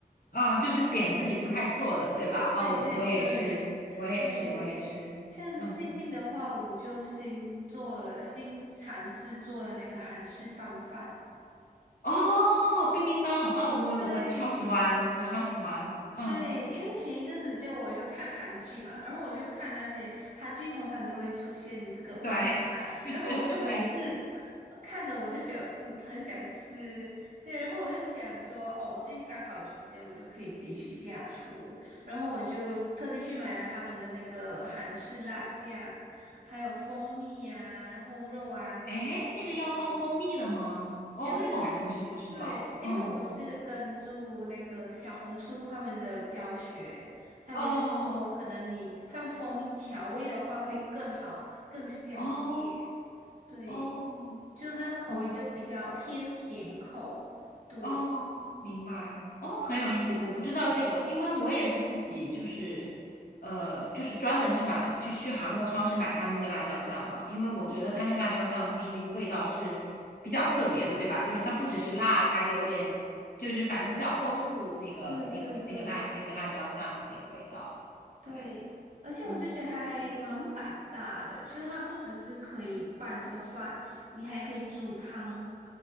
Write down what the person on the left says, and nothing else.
啊，就是点自己不太做的，对吧？哦，
我我也是，我也是，
我也是，
嗯，
哦，冰冰棒，哦，我我超喜欢，
我超喜欢，嗯，
对，<laughs>
对。
哎，那个要放蜂蜜的吗？哦，
这个我还真是不知道。
嗯，
哦，
哦，
哦，
哦，
哦，明白。哦，很有意思。我不知道这个，因为我也是自己就是，呃，就是专门去买了，就去韩国超市买他们那个辣椒酱嘛。因为我觉得它那个辣椒酱就是那个味道是比较特别的，
对吧？就是它不只是辣，它还有点就是反正比较丰富那个那个那个辣那个辣椒酱的那个味道。
对，
嗯。